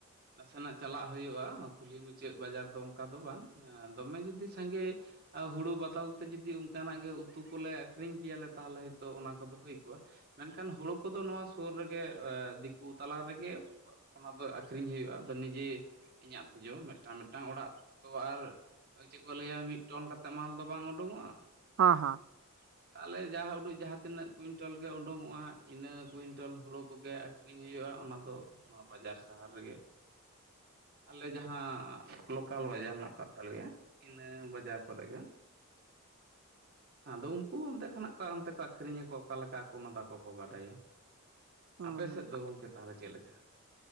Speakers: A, on the right; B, on the right.
A: ᱱᱟᱥᱮᱱᱟᱜ ᱪᱟᱞᱟᱜ ᱦᱩᱭᱩᱜᱼᱟ ᱠᱩᱞᱦᱤ ᱢᱩᱪᱟᱹᱫ ᱵᱟᱡᱟᱨ ᱫᱚ ᱚᱱᱠᱟ ᱫᱚ ᱵᱟᱝ ᱟᱸ ᱫᱚᱢᱮ ᱡᱩᱫᱤ ᱥᱟᱸᱜᱮ ᱦᱩᱲᱩ ᱵᱟᱫᱚᱞ ᱛᱮ ᱡᱩᱫᱤ ᱚᱱᱠᱟᱱᱟᱜ ᱜᱮ ᱩᱛᱩ ᱠᱚᱞᱮ ᱟᱠᱷᱨᱤᱧ ᱠᱮᱭᱟᱞᱮ ᱛᱟᱦᱚᱞᱮ ᱦᱳᱭ ᱛᱚ ᱚᱱᱟ ᱠᱚᱫᱚ ᱦᱩᱭ ᱠᱚᱜᱼᱟ ᱢᱮᱱᱠᱷᱟᱱ ᱦᱩᱲᱩ ᱠᱚᱫᱚ ᱱᱚᱣᱟ ᱥᱩᱨ ᱨᱮᱜᱮ <unintelligible> ᱫᱤᱠᱩ ᱛᱟᱞᱟ ᱨᱮᱜᱮ ᱚᱱᱟ ᱫᱚ ᱟᱠᱷᱨᱤᱧ ᱦᱩᱭᱩᱜᱼᱟ ᱟᱫᱚ ᱱᱤᱡᱮ ᱤᱧᱟᱹᱜ ᱛᱚ ᱡᱚᱢ ᱢᱤᱫᱴᱟᱝᱼᱢᱤᱫᱴᱟᱝ ᱚᱲᱟᱜ ᱛᱚ ᱟᱨ ᱪᱮᱫ ᱠᱚ ᱞᱟᱹᱭᱟ ᱢᱤᱫ ᱴᱚᱱ ᱠᱟᱛᱮ ᱢᱟᱞ ᱫᱚ ᱵᱟᱝ ᱩᱰᱩᱠᱚᱜᱼᱟ
B: ᱦᱮᱸ
A: ᱦᱮᱸᱥᱮ
B: ᱦᱮᱸ
A: ᱛᱟᱦᱚᱞᱮ ᱡᱟᱦᱟᱸ <unintelligible> ᱡᱟᱦᱟᱸ ᱛᱤᱱᱟᱹᱜ ᱠᱩᱭᱤᱱᱴᱟᱞ ᱜᱮ ᱩᱰᱩᱝᱚᱜᱼᱟ ᱤᱱᱟᱹ ᱠᱩᱭᱤᱱᱴᱟᱞ ᱦᱩᱲᱩ ᱠᱚᱜᱮ ᱟᱠᱷᱨᱤᱧ ᱦᱩᱭᱩᱜᱼᱟ ᱚᱱᱟ ᱫᱚ ᱱᱚᱣᱟ ᱵᱟᱡᱟᱨ ᱥᱟᱦᱟᱨ ᱨᱮᱜᱮ ᱟᱞᱮ ᱡᱟᱦᱟᱸ ᱞᱳᱠᱟᱞ ᱵᱟᱡᱟᱨ ᱦᱮᱱᱟᱜ ᱟᱠᱟᱫ ᱛᱟᱞᱮᱭᱟ ᱤᱱᱟᱹ ᱵᱟᱡᱟᱨ ᱠᱚᱨᱮ ᱜᱮ ᱟᱫᱚ ᱩᱱᱠᱩ ᱚᱱᱛᱮ ᱠᱷᱚᱱᱟᱜ ᱠᱚ ᱚᱱᱛᱮ ᱠᱚ ᱟᱠᱠᱷᱨᱤᱧᱟᱠᱚ ᱚᱠᱟ ᱞᱮᱠᱟ ᱚᱱᱟ ᱫᱚ ᱟᱠᱚ ᱠᱚᱠᱚ ᱵᱟᱰᱟᱭᱟ
B: ᱦᱩᱸ
A: ᱟᱯᱮ
B: ᱦᱩᱸ
A: ᱥᱮᱫ ᱫᱚ ᱜᱚᱢᱠᱮ ᱛᱟᱦᱚᱞᱮ ᱪᱮᱫ ᱞᱮᱠᱟ